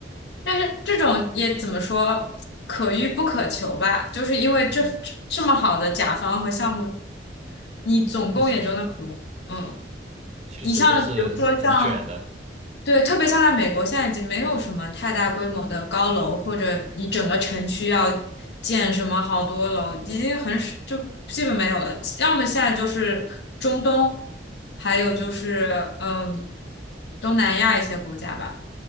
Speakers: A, on the left (about 65°); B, on the right (about 40°).
A: 但是这种也怎么说，可遇不可求吧？就是因为这这么好的甲方和项目。
B: 嗯
A: 你总共也就那么多。
B: 嗯，确实
A: 嗯，
B: 确实都是很卷的，
A: 你像比如说像，对，特别像在美国，现在已经没有什么太大规模的高楼，或者你整个城区要建什么好多楼，已经很少，就基本没有了。要么现在就是中东，还有就是嗯
B: 嗯，
A: 东南亚一些国家吧。